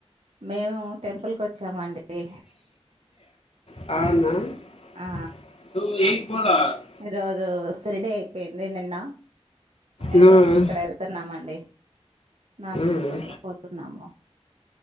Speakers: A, on the right; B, on the left.
A: మేము టెంపుల్కి వచ్చామండి
B: అవునా
A: ఆ ఈరోజు సిరీడీ అయిపోయింది నిన్న
B: ఉమ్
A: ఈరోజు ఇక్కడ వెళ్తున్నామండి <unintelligible>
B: ఉమ్
A: పోతున్నాము